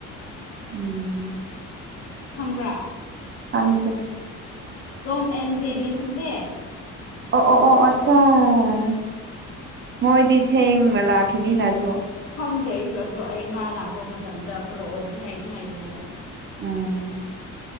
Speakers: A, on the right; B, on the left.
A: ꯎꯝ
B: ꯈꯪꯕ꯭ꯔꯥ
A: ꯍꯥꯡꯗꯦ
B: ꯇꯣꯝ ꯑꯦꯟ ꯖꯦꯔꯤꯗꯨ ꯈꯪꯗꯦ
A: ꯑꯣ ꯑꯣ ꯑꯣ ꯑꯠꯆꯥꯥ ꯃꯣꯏꯗꯤ ꯊꯦꯡꯅ ꯂꯥꯛꯈꯤꯅꯤꯅ ꯑꯗꯣ
B: ꯈꯪꯗꯦ ꯑꯩꯁꯨ ꯑꯗꯣ ꯑꯩ ꯃꯥ ꯂꯥꯛꯄ ꯃꯇꯝꯗ ꯄꯨꯔꯛꯑꯣꯗꯤ ꯍꯥꯏꯗꯤ ꯍꯥꯏꯕꯅꯦꯕ
A: ꯎꯝ